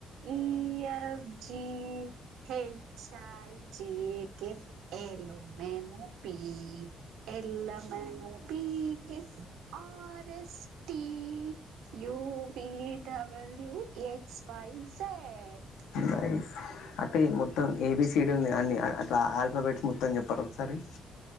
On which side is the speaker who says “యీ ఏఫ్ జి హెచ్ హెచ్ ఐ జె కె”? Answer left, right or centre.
Right